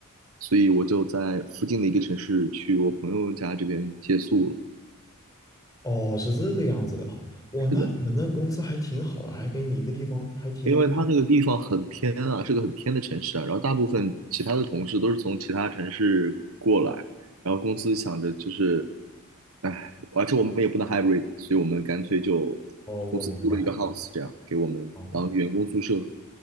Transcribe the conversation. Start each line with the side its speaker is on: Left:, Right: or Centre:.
Right: 所以我就在附近的一个城市去我朋友家这边借宿了。
Left: 哦，是这个样子的啊。哇，那你们那个公司还挺好的，
Right: 是的。
Left: 还给你一个地方，还提供。
Right: 因为他那个地方很偏啊，是个很偏的城市啊。然后大部分其他的同事都是从其他城市过来，然后公司想着就是，唉，而且我们也不能 hybrid，所以我们干脆就
Left: 哦，我明白。
Right: 公司租了一个 house，这样给我们当员工宿舍。
Left: 哦，